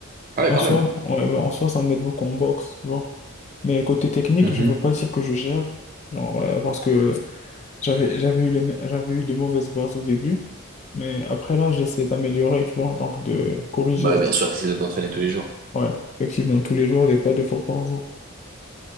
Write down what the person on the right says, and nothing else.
Ah Ouais,
quand
même.
Mhm.
Bah, bien sûr, t'essaies de t'entraîner tous les jours.